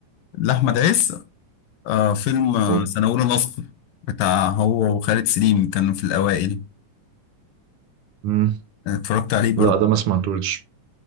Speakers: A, on the left; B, on the right.
A: لاحمد عز آه، فيلم آه،
B: اه
A: سنه اولى نصب بتاع هو وخالد سليم كانوا في الاوائل
B: مم.
A: اتفرجت عليه برضه
B: لا ده ما سمعتوش